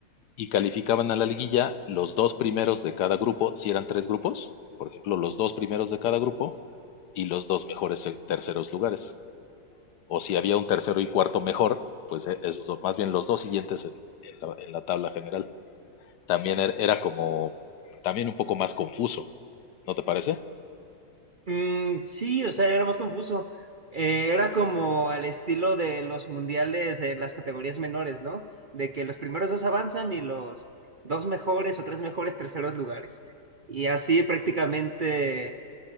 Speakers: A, on the left; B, on the right.
A: y calificaban a la liguilla los dos primeros de cada grupo, si eran tres grupos, por ejemplo, los dos primeros de cada grupo y los dos mejores terceros lugares. O si había un tercero y cuarto mejor, pues e, esos dos, más bien los dos siguientes en, en, la, en la, tabla general. También er, era como, también un poco más confuso, ¿no te parece?
B: Mm, sí, o sea, era más confuso. Eh, era como al estilo de los mundiales de las categorías menores, ¿no? De que los primeros dos avanzan y los dos mejores o tres mejores terceros lugares. Y así prácticamente,